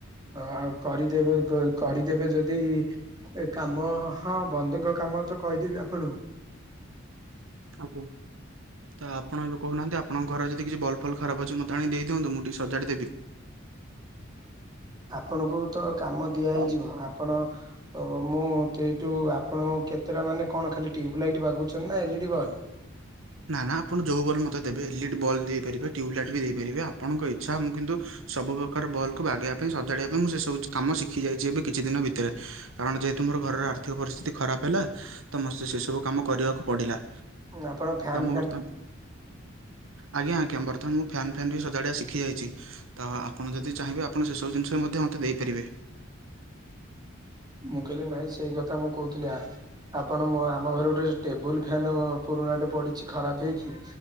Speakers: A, on the right (about 20°); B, on the right (about 80°).
A: ଅ କରିଦେବେ ଗ କରିଦେବେ ଯଦି ଏ କାମ ହଁ ବନ୍ଧୁଙ୍କ କାମ ତ କହିଦେବି ଆପଣଙ୍କୁ।
B: ଆଜ୍ଞା ତ ଆପଣ ଏବେ କହୁନାହାନ୍ତି ଆ ପଣଙ୍କ ଯଦି କିଛି ବଲ୍ ଫଲ୍ ଖରାପ ଅଛି ମତେ ଆଣି ଦେଇଦିଅନ୍ତୁ ମୁଁ ଟିକେ ସଜାଡ଼ି ଦେବି।
A: ଆପଣଙ୍କୁ ତ କାମ ଦିଆ
B: ଦେବି
A: ହେଇଯିବ ଆପଣ ଓ ମୁଁ ଟେଇଟୁ ଆପଣଙ୍କୁ କେତେଟା ମାନେ କଣ ଖାଲି ଟ୍ୟୁବ ଲାଇଟ୍ ବାଗଉଛନ୍ତି ନାଁ ଏଲ୍ ଇ ଡି଼ ବଲ୍?
B: ନାଁ ନାଁ ଆପଣ ଯୋଉ ବଲ୍ ମତେ ଦେବେ ଏଲ୍ ଇ ଡ଼ି ବଲ୍ ଦେଇପାରିବେ ଟ୍ୟୁବ୍ ଲାଇଟ୍ ବି ଦେଇପାରିବେ ଆପଣଙ୍କ ଇଚ୍ଛା ମୁଁ କିନ୍ତୁ ସବୁ ପ୍ରକାର ବଲ୍ କୁ ବାଗେଇବା ପାଇଁ ସଜାଡ଼ିବା ପାଇଁ ମୁଁ ସେ ସବୁ କାମ ଶିଖି ଯାଇଛି ଏବେ କିଛି ଦିନ ଭିତରେ। କାରଣ ଯେହେତୁ ମୋର ଘରର ଆର୍ଥିକ ପରିସ୍ଥିତି ଖରାପ ହେଲା ତ ମ ସେସବୁ କାମ କରିବାକୁ ପଡ଼ିଲା।
A: ଉଁ ଆପଣ ଫ୍ୟାନ୍
B: ଉ ବର୍ତ୍ତଆନ୍ ଆଜ୍ଞା ଆଜ୍ଞା ବର୍ତ୍ତମାନ ମୁଁ ଫ୍ୟାନ୍ ଫ୍ୟାନ୍ ବି ସଜାଡ଼ିବା ଶିଖି ଯାଇଚି। ତ ଆପଣ ଯଦି ଚାହିଁବେ ଆପଣ ସେସବୁ ଜିନିଷ ବି ମଧ୍ୟ ମତେ ଦେଇପାରିବେ।
A: ମୁଁ କହିଲି ନାଇଁ ସେଇ କଥା ମୁଁ କହୁଥିଲି ଆ ଆପଣ ମୋ ଆମ ଘରେ ଗୋଟେ ଟେବୁଲ୍ ଫ୍ୟାନ ପୁରୁଣାଟେ ପଡ଼ିଚି ଖରାପ ହେଇଚି।